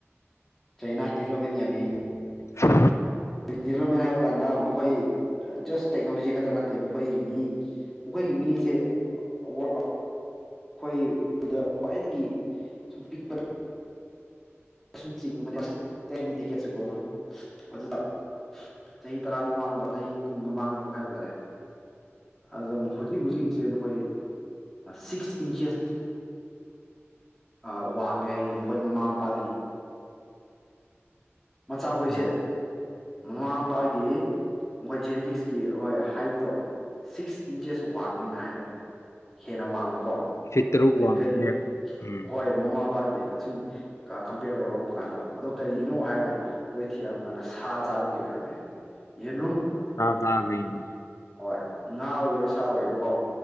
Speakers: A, in the centre; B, on the left.
A: ꯆꯩꯅꯥ ꯗꯤꯚꯥꯞꯃꯦꯟ ꯌꯥꯝꯃꯦ
B: ꯎꯝ
A: ꯕꯤ ꯗꯤꯚꯥꯞꯃꯦꯟ ꯍꯥꯏꯕ ꯀꯥꯟꯗ ꯑꯃꯨꯛ ꯍꯣꯏ ꯖꯁꯠ ꯇꯦꯛꯅꯣꯂꯣꯖꯤ ꯈꯛꯇ ꯅꯠꯇꯦ ꯃꯈꯣꯏꯒꯤ ꯃꯤ ꯃꯈꯣꯏꯒꯤ ꯃꯤꯁꯦ ꯋꯥꯛ ꯑꯩꯈꯣꯏꯗ ꯈ꯭ꯋꯥꯏꯗꯒꯤ ꯁꯨꯝ ꯄꯤꯛꯄꯗ ꯁꯨꯝ ꯆꯤꯡꯕꯅꯦ ꯑꯁ ꯇꯦꯛꯅꯤ ꯇꯤꯀꯦꯠꯁꯨꯀꯣꯅ ꯑꯗꯨꯗ ꯆꯍꯤ ꯇꯔꯥ ꯃꯃꯥꯡꯗ ꯆꯍꯤ ꯀꯨꯟ ꯃꯃꯥꯡꯗ ꯍꯥꯏꯕ ꯇꯥꯔꯦ ꯑꯗꯨ ꯃꯥꯈꯣꯢꯒꯤ ꯍꯧꯖꯤꯛ ꯍꯧꯖꯤꯛꯀꯤꯁꯦ ꯃꯈꯣꯏ ꯁꯤꯛꯁ ꯏꯟꯆꯦꯁ ꯑ ꯋꯥꯡꯉꯦ ꯍꯥꯏꯌꯦ ꯃꯈꯣꯏ ꯃꯃꯥ ꯃꯄꯥ <inaudible> ꯃꯆꯥ ꯈꯣꯏꯁꯦ
B: ꯎꯝ
A: ꯃꯃꯥ ꯃꯄꯥꯒꯤ ꯃꯈꯣꯏ ꯖꯦꯅꯦꯇꯤꯛꯁꯀꯤ ꯍꯣꯏ ꯍꯥꯏꯠ ꯗꯣ ꯁꯤꯛꯁ ꯏꯟꯆꯦꯁ ꯋꯥꯡꯉꯦꯅ ꯍꯥꯏꯌꯦꯕ ꯍꯦꯟꯅ ꯋꯥꯡꯕꯀꯣ
B: ꯐꯤꯠ ꯇꯔꯨꯛ
A: ꯑꯗꯨꯏ
B: ꯋꯥꯡꯉꯦ
A: ꯀꯔꯤ
B: ꯎꯝ
A: ꯍꯣꯏ ꯃꯃꯥ ꯃꯄꯥ ꯌꯦ ꯑꯁꯨꯝ ꯀꯥ ꯀꯝꯄꯦꯌ꯭ꯔ ꯇꯧꯔꯛꯄ ꯀꯥꯟꯗ ꯑꯗꯣ ꯀꯔꯤꯒꯤꯅꯣ ꯍꯥꯏꯔꯒ ꯃꯣꯏ ꯊꯤꯔꯛꯄ ꯀꯥꯟꯗ ꯁꯥ ꯆꯥꯕꯒꯤ ꯑꯣꯏꯔꯃꯦ ꯌꯦꯟ
B: ꯁꯥ ꯆꯥꯕꯩꯅꯦ
A: ꯍꯣꯏ ꯉꯥ ꯑꯣꯏꯒꯦꯔꯥ ꯁꯥ ꯑꯣꯏꯒꯦꯔꯣ ꯀꯣ